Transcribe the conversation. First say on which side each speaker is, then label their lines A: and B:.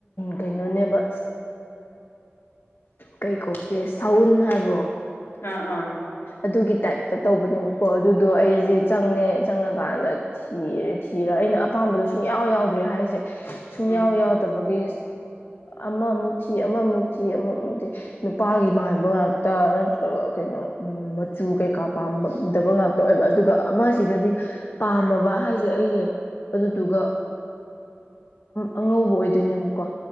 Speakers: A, on the left (about 55°); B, on the left (about 70°).
A: ꯀꯩꯅꯣꯅꯦꯕ ꯀꯩ ꯀꯧꯒꯦ ꯁꯎꯟ ꯍꯥꯏꯕ꯭ꯔꯣ
B: ꯑꯥ ꯑꯥ
A: ꯑꯗꯨꯒꯤ ꯇꯥꯏꯞꯇ ꯇꯧꯕꯅꯦꯕꯀꯣ ꯑꯗꯨꯗꯣ ꯑꯩꯁꯦ
B: ꯎꯝ
A: ꯆꯪꯉꯦ ꯆꯪꯉꯀꯥꯟꯗ ꯊꯤꯔꯦ ꯊꯤꯔꯦ ꯑꯩꯅ ꯑꯄꯥꯝꯕꯗꯣ ꯁꯨꯡꯌꯥꯎ ꯌꯥꯎꯗ꯭ꯔꯦ ꯍꯥꯏꯁꯦ ꯁꯨꯡꯌꯥꯎ
B: ꯎꯝ
A: ꯌꯥꯎꯗꯕꯒꯤ ꯑꯃꯃꯨꯛ ꯊꯤ ꯑꯃꯃꯨꯛ ꯊꯤ ꯑꯃꯨꯛ ꯃꯨꯛ ꯊꯤ ꯅꯨꯄꯥꯒꯤ ꯃꯥꯟꯕ ꯉꯥꯛꯇ ꯅꯠꯇ꯭ꯔꯒ ꯀꯩꯅꯣ ꯎꯝ ꯃꯆꯨ ꯀꯩꯀꯥ ꯄꯥꯝꯗꯕ ꯉꯥꯛꯇ ꯑꯣꯏꯕ ꯑꯗꯨꯒ ꯑꯃꯁꯤꯗꯗꯤ ꯄꯥꯝꯃꯕ ꯍꯥꯏꯁꯦ ꯑꯩꯁꯦ ꯑꯗꯨꯗꯨꯒ ꯑꯉꯧꯕ ꯑꯣꯏꯗꯣꯏꯅꯦꯕꯀꯣ